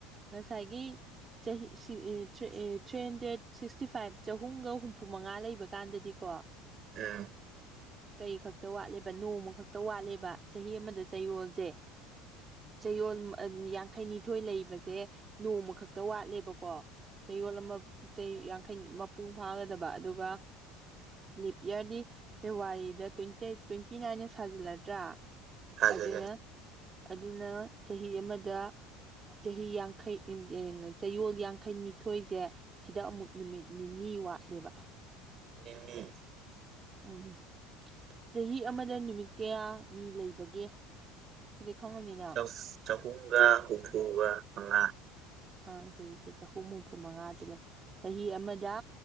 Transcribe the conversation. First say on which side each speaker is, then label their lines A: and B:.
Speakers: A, on the right; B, on the right.
A: ꯉꯁꯥꯏꯒꯤ ꯆꯍꯤ three three hundred sixty five ꯆꯍꯨꯝꯒ ꯍꯨꯝꯐꯨ ꯃꯉꯥ ꯂꯩꯕ ꯀꯥꯟꯗꯗꯤ ꯀꯣ
B: ꯎꯝ
A: ꯀꯩ ꯈꯛꯇ ꯋꯥꯠꯂꯦꯕ ꯅꯣꯡꯃ ꯈꯛꯇ ꯋꯥꯠꯂꯦꯕ ꯆꯍꯤ ꯑꯃꯗ ꯆꯌꯣꯜꯁꯦ ꯫ ꯆꯌꯣꯜ ꯌꯥꯡꯈꯩꯅꯤꯊꯣꯏ ꯂꯩꯕꯁꯦ ꯅꯣꯡꯃ ꯈꯛꯇ ꯋꯥꯠꯂꯦꯕꯀꯣ ꯫ ꯆꯌꯣꯜ ꯑꯃ ꯆꯩ ꯌꯥꯡꯈꯩ ꯃꯄꯨꯡ ꯐꯥꯒꯗꯕ ꯑꯗꯨꯒ ꯂꯤꯞ ꯏꯌꯥꯔꯗꯤ ꯐꯦꯕꯋꯥꯔꯤꯗ ꯇ꯭ꯋꯦꯟꯇꯤꯑꯦꯠ ꯇ꯭ꯋꯦꯟꯇꯤ ꯅꯥꯏꯅ ꯁꯥꯖꯤꯜꯂꯗ꯭ꯔꯥ
B: ꯊꯥꯖꯤꯜꯂꯦ
A: ꯑꯗꯨꯅ ꯑꯗꯨꯅ ꯆꯍꯤ ꯑꯃꯗ ꯆꯍꯤ ꯌꯥꯡꯈꯩ ꯆꯌꯣꯜ ꯌꯥꯡꯈꯩꯅꯤꯊꯣꯏꯁꯦ ꯁꯤꯗ ꯑꯃꯨꯛ ꯅꯨꯃꯤꯠ ꯅꯤꯅꯤ ꯋꯥꯠꯂꯦꯕ ꯫
B: ꯅꯤꯅꯤ
A: ꯎꯝ ꯆꯍꯤ ꯑꯃꯗ ꯅꯨꯃꯤꯠ ꯀꯌꯥꯅꯤ ꯂꯩꯕꯒꯦ? ꯁꯥꯗꯤ ꯈꯪꯉꯝꯅꯤꯅ ꯫
B: ꯆꯪ ꯆꯍꯨꯝꯒ ꯍꯨꯝꯐꯨꯒ ꯃꯉꯥ ꯫
A: ꯑ ꯍꯧꯖꯤꯇꯤ ꯆꯍꯨꯝ ꯍꯨꯝꯐꯨ ꯃꯉꯥꯗꯨ ꯂꯩ ꯆꯍꯤ ꯑꯃꯗ